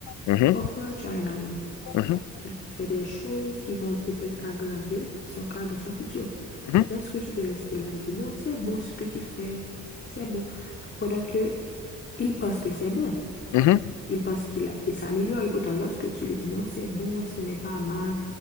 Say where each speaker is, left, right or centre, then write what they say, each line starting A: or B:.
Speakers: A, on the left; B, on the left.
A: mhm,
B: Parfois, tu as un ami.
A: mhm,
B: Il fait des choses qui vont peut-être aggraver son cas dans son futur.
A: mhm,
B: Mais est-ce que tu peux rester là? et dire non, c'est bon ce que tu fais. C'est bon. Pendant que il pense que c'est bon.
A: mhm,
B: Il pense qu'il a- qu'il s'améliore. Et pourtant, lorsque tu lui dis non, c'est bon, ce n'est pas mal,